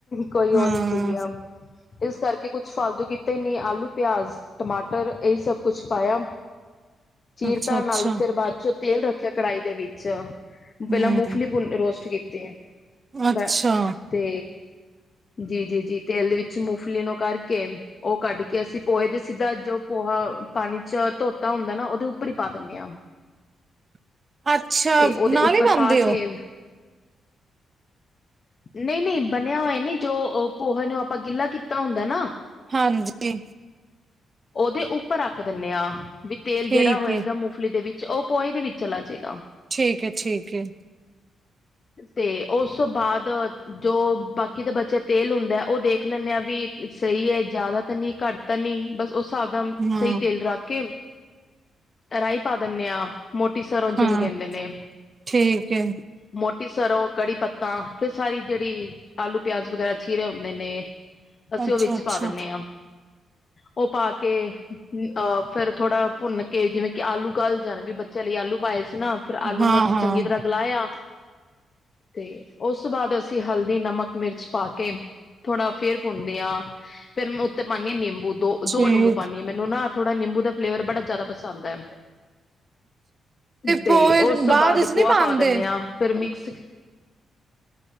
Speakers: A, on the left; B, on the right.
A: ਕੋਈ
B: ਹਾਂ
A: ਉਹ ਨੀ ਸੀਗੀਆਂ। ਇਸ ਕਰਕੇ ਕੁਛ ਫਾਲਤੂ ਕਿਤੇ ਹੀ ਨ ਆਲੂ, ਪਿਆਜ਼, ਟਮਾਟਰ ਇਹੀ ਸਭ ਕੁਛ ਪਾਇਆ। ਚੀਰਤਾ
B: ਅੱਛਾ ਅੱਛਾ
A: ਨਾਲ। ਫਿਰ ਬਾਅਦ ਚੋਂ ਤੇਲ ਰੱਖਿਆ ਕੜਾਹੀ ਦੇ ਵਿੱਚ
B: ਹਮ
A: ਪਹਿਲਾਂ ਮੂੰਗਫਲੀ ਭੂਨ ਰੋਸਟ ਕੀਤੀ ਹੈ
B: ਅੱਛਾ
A: ਫ ਤੇ ਜੀ -ਜੀ -ਜੀ ਤੇਲ ਦੇ ਵਿੱਚ ਮੋਫਲੀ ਨੂੰ ਕਰਕੇ ਉਹ ਕੱਢ ਕੇ ਅਸੀਂ ਪੋਹੇ ਦੇ ਸਿੱਧਾ ਜੋ ਪੋਹਾ ਪਾਣੀ ਚ ਧੋਤਾ ਹੁੰਦਾ ਨਾ ਉਹਦੇ ਉੱਪਰ ਹੀ ਪਾ ਦਿੰਦੇ ਹ ਆ
B: <inaudible> ਅੱਛਾ
A: ਉਹਦੇ
B: ਨਾਲ
A: ਉੱਪਰ
B: ਹੀ ਬਣਦੇ
A: ਪਾ
B: ਉਹ
A: ਕੇ ਨਹੀਂ ਨਹੀਂ ਬਣਿਆ ਹੋਇਆ ਨੀ ਜੋ ਪੋਹੇ ਨੂੰ ਆਪਾਂ ਗਿੱਲਾ ਕੀਤਾ ਹੁੰਦਾ ਨਾ
B: ਹਾਂਜੀ
A: ਉਹਦੇ ਉੱਪਰ ਰੱਖ ਦਿੰਦੇ ਆ ਵੀ ਤੇਲ
B: ਠੀਕ
A: ਜਿਹੜਾ ਹੋਏਗਾ
B: ਹੈ
A: ਮੂੰਗਫਲੀ ਦੇ ਵਿੱਚ ਉਹ ਪੋਹੇ ਦੇ ਵਿੱਚ ਚਲਾ ਜਾਏਗਾ
B: ਠੀਕ ਹੈ ਠੀਕ ਹੈ
A: ਤੇ ਉਸ ਤੋਂ ਬਾਅਦ ਜੋ ਬਾਕੀ ਦੇ ਬੱਚੇ ਤੇਲ ਹੁੰਦਾ ਉਹ ਦੇਖ ਲੈਂਨੇ ਆ ਵੀ ਸਹੀ ਹੈ ਜਿਆਦਾ ਤਾਂ ਨਹੀਂ ਘੱਟ ਤਾਂ ਨਹੀਂ ਬਸ ਸਦਮ
B: ਹਾਂ
A: ਸਹੀ ਤੇਲ ਰਖ ਕੇ ਰਾਈ ਪਾਦੇ ਨੇ ਆ ਮੋਟੀ ਸਰੋਂ ਜਿਹਨੂੰ
B: ਹਾਂ
A: ਕਹਿੰਦੇ ਨੇ
B: ਠੀਕ ਹੈ
A: ਮੋ ਸਰੋਂ ਕੜੀ ਪੱਤਾ ਫਿਰ ਸਾਰੀ ਜਿਹੜੀ ਆਲੂ ਪਿਆਜ ਵਗੈਰਾ ਚੀਰੇ ਹੁੰਦੇ ਨੇ ਅਸੀਂ
B: ਅੱਛਾ
A: ਉਹ ਵਿੱਚ
B: ਅੱਛਾ
A: ਪਾ ਦਿੰਦੇ ਹਾਂ ਉਹ ਪਾ ਕੇ ਆਹ ਫਿਰ ਥੋੜਾ ਭੁੰਨ ਕੇ ਜਿਵੇਂ ਕਿ ਆਲੂ ਘਲ ਜਾਣ ਵੀ ਬੱਚਿਆਂ ਲਈ ਆਲੂ ਪਾਏ ਨਾ ਫਿਰ ਆਲੂ
B: ਹਾਂ
A: ਨੂੰ ਅਸੀਂ
B: ਹਾਂ
A: ਚੰਗੀ ਤਰ੍ਹਾਂ ਗਲਾਇਆ ਤੇ ਉਸ ਤੋਂ ਬਾਅਦ ਅਸੀਂ ਹਲਦੀ ਨਮਕ ਮਿਰਚ ਪਾ ਕੇ ਥੋੜਾ ਫੇਰ ਭੂਨਦੀ ਆ ਫੇਰ ਉੱਤੇ ਪਾਉਂਦੀ ਹਾਂ ਨਿੰਬੂ ਦੋ ਦੋ
B: ਠੀਕ
A: ਨਿੰਬੂ ਪਾਉਂਦੀ ਹਾਂ ਮੈਨੂੰ ਨਾ ਥੋੜਾ ਨਿੰਬੂ ਦਾ ਫਲੇਵਰ ਬੜਾ ਜ਼ਿਆਦਾ ਪਸੰਦ ਹੈ ਤੇ
B: ਪੋਏ
A: ਉਸ ਤੋਂ ਬਾਅਦ
B: ਵਿੱਚ ਨਹੀਂ
A: ਪੋਹਾ
B: ਪਾਂਦੇ
A: ਪਾ ਦਿੰਨੇ ਹ ਫਿਰ ਮ ਸਿਕ